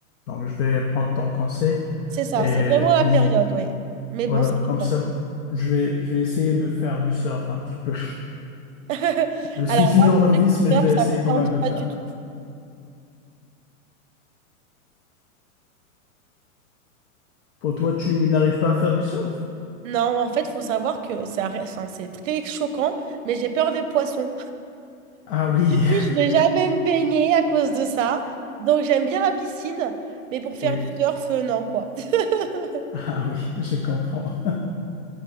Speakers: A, on the left (about 40°); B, on the right (about 60°).
A: Donc, je vais prendre ton conseil
B: C'est ça,
A: et
B: c'est vraiment
A: visiter
B: la période, ouais. Mais
A: Voilà,
B: bon, ça
A: comme
B: dépend.
A: ça, je vais, je vais essayer de faire du surf un petit peu.
B: <laughs>
A: Je suis
B: Alors,
A: toujours
B: moi, c'est
A: novice,
B: vrai que
A: mais
B: le
A: je
B: surf,
A: vais essayer
B: ça me
A: quand
B: tente
A: même de le
B: pas
A: faire.
B: du tout.
A: Pour toi, tu n'arrives pas à faire du surf?
B: Non, en fait, faut savoir que ça, reste- enfin, c'est très choquant, mais j'ai peur des poissons.
A: Ah oui,
B: Du coup, je vais jamais me baigner à cause de ça. Donc, j'aime bien la piscine, mais
A: <laughs>
B: pour faire
A: oui,
B: du surf, euh, non, quoi. <laughs>
A: ah oui, je comprends.